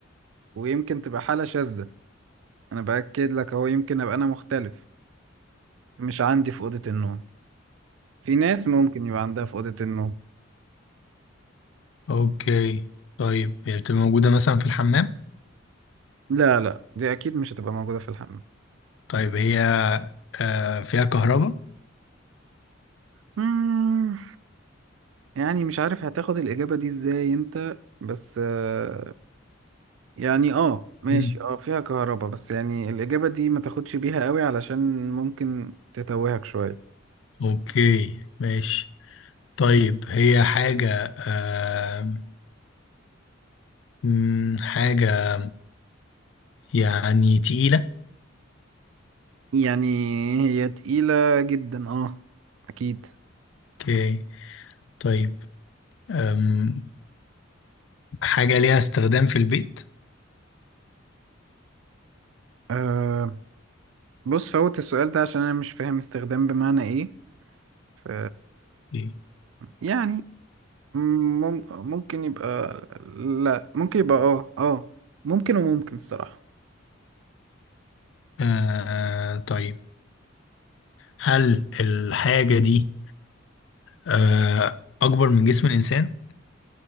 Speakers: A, on the right; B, on the left.
A: ويمكن تبقى حالة شاذة انا باكد لك اهو يمكن ابقى انا مختلف مش عندي في أوضة النوم في ناس ممكن يبقى عندها في أوضة النوم
B: اوكي طيب هي بتبقى موجودة مثلا في الحمام
A: لا لا دي اكيد مش هتبقى موجودة في الحمام
B: طيب هي آه فيها كهرباء
A: مم، يعني مش عارف هتاخد الإجابة دي ازاي انت بس آه، يعني اه ماشي
B: مم.
A: اه فيها كهرباء بس يعني الإجابة دي ما تاخدش بيها قوي علشان ممكن تتوهك شوية
B: اوكي ماشي طيب هي حاجة آه مم، حاجة يعني تقيلة
A: يعني هي تقيلة جدا اه أكيد
B: اوكي طيب أم حاجة ليها استخدام في البيت
A: آه بص فوت السؤال ده عشان أنا مش فاهم استخدام بمعنى إيه ف
B: إيه.
A: يعني مم- ممكن يبقى لا ممكن يبقى اه اه ممكن وممكن الصراحة
B: آه طيب هل الحاجة دي آه أكبر من جسم الإنسان؟